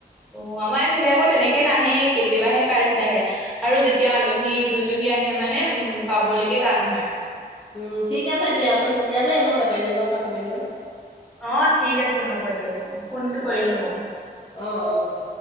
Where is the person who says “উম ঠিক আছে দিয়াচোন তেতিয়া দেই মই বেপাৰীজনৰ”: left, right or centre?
Left